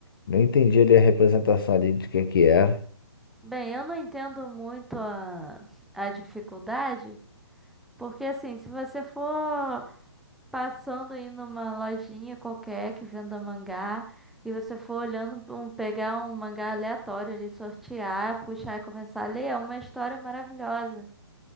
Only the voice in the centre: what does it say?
<laughs> Bem, eu não entendo muito a, a dificuldade, porque assim, se você for passando aí numa lojinha qualquer que venda mangá e você for olhando pra um, pegar um mangá aleatório ali, sortear, puxar e começar a ler, é uma história maravilhosa,